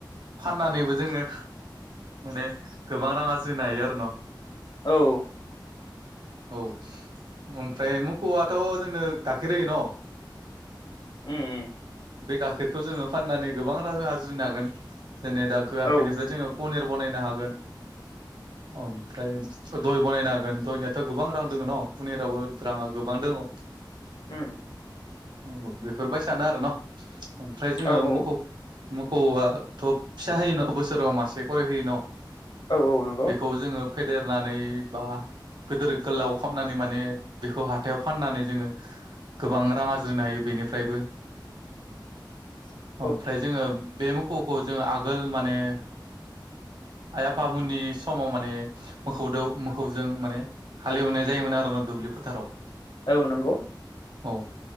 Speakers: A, on the right (about 70°); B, on the left (about 65°).
A: फाननानैबो जोङो माने गोबां रां आरजिनो हायो आरो न'
B: औ।
A: औ ओमफ्राय मोखौआथ' जोंनो गाखेर होयो न'
B: उम उम।
A: बे गाखेरखौ जोङो फाननानै गोबां रां आरजिनो हागोन जेने दा गाखेरनिफ्राय
B: औ उम
A: जोङो पनिर बानायनो हागोन ओमफ्राय दय बनायनो हागोन दयनिया दा गोबां रां दङ न' पनिरावबो राङा गोबां दङ।
B: उम।
A: औ बेफोरबायसानो आरो न' ओमफ्राय जोङो
B: औ औ
A: मोखौ मोखौवाथ' फिसा होयोन' बोसोराव मासे करै होयो न'?
B: औ औ नंगौ
A: बेखौ जोङो फेदेरनानै बा गोदोर गोलाव खालामनानै माने बेखौ हाथायाव फाननानै जोङो गोबां रां आरजिनो हायो बेनिफ्रायबो
B: <inaudible>
A: ओमफ्राय जोङो बे मोखौखौ जोङो आगोल माने आइ आफामोननि समाव माने मोखौदो मोखौजों माने हालेवनाय जायोमोन आरोना दुब्लि फोथाराव
B: औ नंगौ।
A: औ